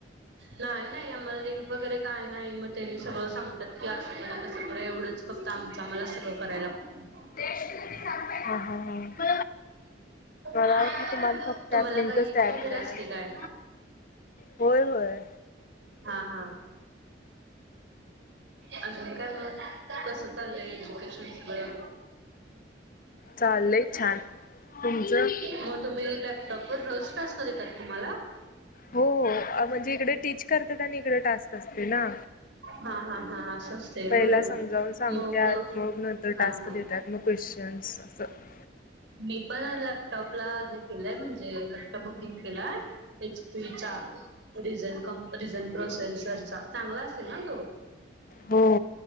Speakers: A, on the right; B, on the left.
A: नाही नाही आम्हाला लिंक वगैरे काय नाही मग त्यांनी सगळं सांगतात की असं करा तसं करा एवढंच फक्त आमचं आम्हाला सगंळ करायला लागतं.
B: ह मला
A: हा
B: वाटल तुम्हाला फक्त
A: तुम्हाला
B: त्यात लिंकच
A: काय लिंक
B: तयार
A: वगैरे
B: करायला
A: असते
B: लागते.
A: काय,
B: होय होय.
A: हा हा अजून काय मग कसं चाललंय एज्युकेशन सगळं
B: चाललय छान तुमचं
A: मग तुम्ही लॅपटॉप वर रोज टास्क देतात तुम्हाला
B: हो हो म्हणजे इकडे टीच करतात आणि इकडे टास्क असते ना.
A: हा हा हा असं असतंय
B: पहिला
A: होय
B: समजावून सांगत
A: मग
B: मग नंतर
A: हा
B: टास्क
A: हा
B: देतात मग क <unintelligible>
A: मी पण लॅपटॉपला हे केलंय म्हणजे लॅपटॉप बुकिंग केलाय एच पी चा रिझन कम्प रिझन प्रोसेनसर चा चांगला असेल ना तो
B: हो